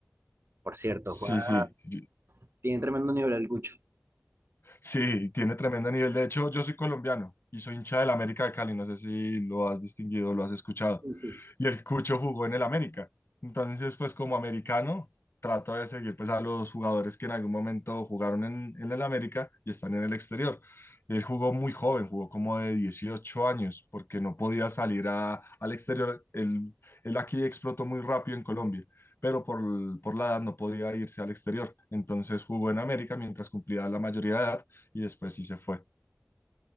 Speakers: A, on the right; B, on the left.
A: Por cierto,
B: Sí,
A: juega-
B: sí. sí,
A: tiene tremendo nivel el Cucho.
B: Sí, tiene tremendo nivel. De hecho, yo soy colombiano y soy hincha del América de Cali. No sé si lo has distinguido, lo has escuchado.
A: Sí, sí.
B: Y el Cucho jugó en el América. Entonces, pues como americano, trato de seguir pues a los jugadores que en algún momento jugaron en, en el América y están en el exterior. Él jugó muy joven, jugó como de 18 años, porque no podía salir a- al exterior. Él, él aquí explotó muy rápido en Colombia, pero por, por la edad no podía irse al exterior. Entonces jugó en América mientras cumplía la mayoría de edad y después sí se fue.